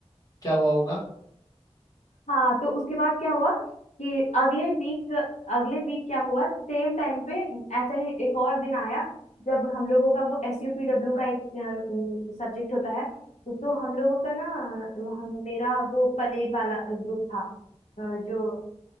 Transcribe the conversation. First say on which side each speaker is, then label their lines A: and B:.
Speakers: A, on the left; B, on the left.
A: क्या हुआ होगा
B: हाँ तो उसके बाद क्या हुआ कि अगले वीक अगले वीक क्या हुआ सेम टाइम पे ऐसा ही एक और दिन आया जब हम लोगों का वो एस यू पी डब्ल्यू का एक सब्जेक्ट होता है तो हम लोगों का ना हम मेरा वो परेड वाला ग्रुप था अ, जो